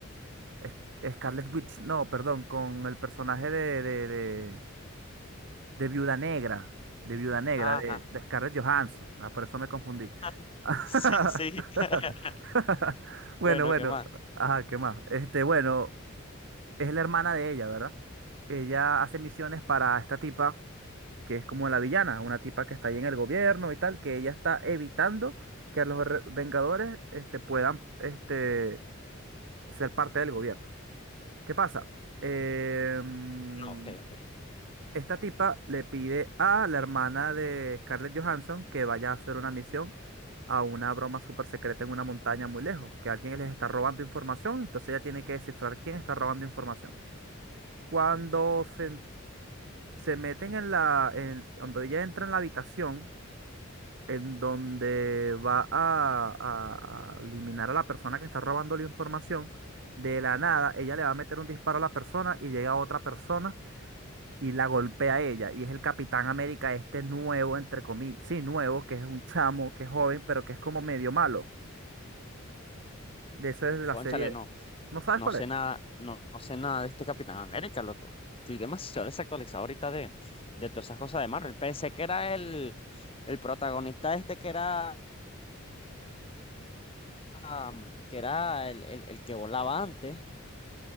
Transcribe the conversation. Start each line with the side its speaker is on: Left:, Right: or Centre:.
Right: es- Scarlet Witch, no, perdón, con el personaje de, de, de- de Viuda Negra, de Viuda Negra,
Left: Ajá.
Right: de, de Scarlett Johansson. Ah, por eso me confundí.
Left: <laughs>
Right: <laughs>
Left: Sí, sí. <laughs>
Right: Bueno,
Left: Bueno,
Right: bueno,
Left: ¿qué más?
Right: ajá, ¿qué más? Este, bueno, es la hermana de ella, ¿verdad? Ella hace misiones para esta tipa que es como la villana, una tipa que está ahí en el gobierno y tal, que ella está evitando que los re- Vengadores, este, puedan, este, ser parte del gobierno. ¿Qué pasa? Em,
Left: No, ok, ok.
Right: esta tipa le pide a la hermana de Scarlett Johansson que vaya a hacer una misión a una broma súper secreta en una montaña muy lejos, que alguien les está robando información, entonces ella tiene que descifrar quién está robando información. Cuando se, en- se meten en la, en- cuando ella entra en la habitación en donde va a, a a eliminar a la persona que está robando la información, de la nada ella le va a meter un disparo a la persona y llega otra persona y la golpea a ella. Y es el Capitán América este nuevo, entre comillas, sí, nuevo, que es un chamo, que es joven, pero que es como medio malo. De eso es de la
Left: Cónchale,
Right: serie.
Left: no.
Right: ¿No sabes
Left: No
Right: cuál
Left: sé
Right: es?
Left: nada, no, no sé nada de este Capitán América, loco. Estoy demasiado desactualizado ahorita de, de todas esas cosas de Marvel. Pensé que era el, el protagonista este que era, am, que era el, el- el que volaba antes.